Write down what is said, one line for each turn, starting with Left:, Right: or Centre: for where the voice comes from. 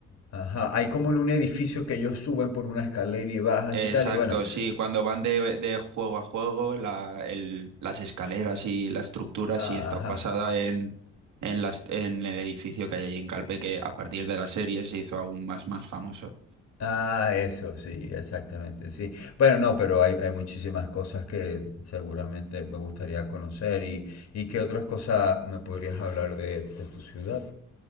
Left: Ajá, hay como en un edificio que ellos suben por una escalera y bajan
Right: Exacto,
Left: y tal, y bueno,
Right: sí, cuando van de, de juego a juego, la, el, las escaleras y la estructura
Left: Ajá.
Right: sí está basada en, en, las, en el edificio que hay allí en Calpe, que a partir de la serie se hizo aún más, más famoso.
Left: Ah, eso, sí, exactamente, sí. Bueno, no, pero hay, hay muchísimas cosas que seguramente me gustaría conocer y, y qué otras cosas me podrías hablar de, de tu ciudad,